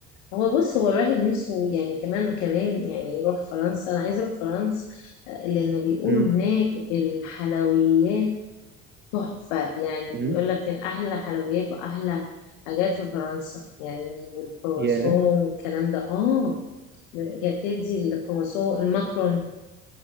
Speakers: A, on the left; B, on the right.
A: هو بص هو الواحد نفسه يعني كمان كمان يعني يروح فرنسا انا عايز اروح فرنسا آه، لان بيقولوا
B: امم
A: هناك الحلويات تحفة يعني
B: امم
A: بيقول لك احلى حلويات واحلى حاجات في فرنسا يعني والكرواسون
B: ياه
A: والكلام ده اه يا بتدي الكرواسون الماكرون